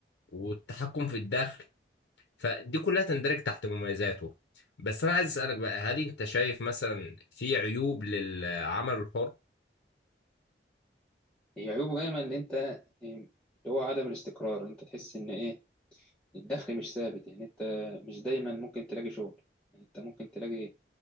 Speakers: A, on the left; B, in the centre.
A: والتحكم في الدخل فدي كلها تندرج تحت مميزاته بس انا عايز اسألك بقى هل انت شايف مثلا في عيوب للعمل الحر
B: هي عيوبه دايما ان انت إيه، اللي هو عدم الاستقرار انت تحس ان ايه الدخل مش ثابت يعني انت مش دايما ممكن تلاقي شغل يعني انت ممكن تلاقي